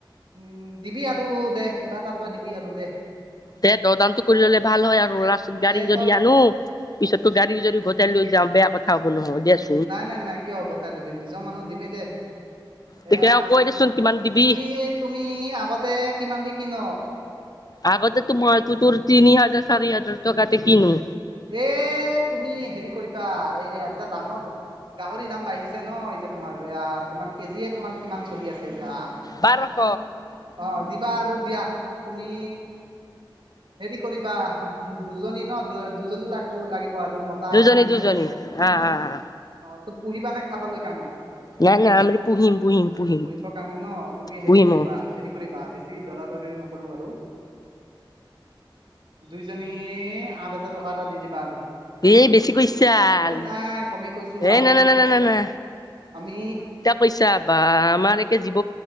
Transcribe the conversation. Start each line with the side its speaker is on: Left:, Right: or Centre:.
Right: উম দিবি আৰু দে কিবা এটা তই দিবি আৰু দে।
Left: দে দ দামটো কৰি ললে ভাল হয় আৰু লাষ্টত গাড়ী
Right: দে
Left: যদি
Right: তই
Left: আনো। পিছতো গাড়ীৰ যদি গোটে লৈ যাওঁ, বেয়া কথা হব নহয় দিয়াচো
Right: নাই নাই নাই, কিয় হ'ব তাই লবি নিজৰ মানুহত দিমে দে।
Left: তেতিয়া
Right: এয়া,
Left: কৈ দেচোন কিমান দিবি
Right: তুমি - তুমি আগতে কিমান দি কিন?
Left: আগতেতো তোমাৰটো তোৰ তিনি হাজাৰ - চাৰি হাজাৰ টকাতে কিনো।
Right: এ তুমি হেৰি কৰিবা, এ এটা ডাঙৰ গাহৰি দাম বাঢ়িছে ন এতিয়া তোমাৰ আ তোমাৰ কেজিয়ে তোমাৰ কিমান চলি আছে? য়া,
Left: বাৰশ
Right: তুমি অহ দিবা আৰু দিয়া, তুমি হেৰি কৰিবা, দু দুজনী ন দু দুজনী লাগব লাগি ব আৰু মতা
Left: দুজনী
Right: আৰু মাইকী
Left: দুজনী
Right: লাগিব,
Left: হা হা হা
Right: অ তো পুহিবা নে খাবলৈ কাৰণে?
Left: নাই নাই আমি পুহিম পুহিম পুহিম
Right: ফুৰিব কাৰণে ন, তুমি
Left: পুহিম
Right: হেৰি কৰিবা
Left: অ
Right: হেৰি কৰিবা বেছ ছি দৰা দৰি নকৰো আৰু দুইজনী আৰ হাজাৰ টকা এটা দি দিবা আৰু।
Left: এই বেছিকৈ ইছাল,
Right: এই নাই কমেই কৈছো
Left: এ
Right: আমি
Left: না না না না না।
Right: আমি
Left: পইছা বা আমাৰ একে জীৱ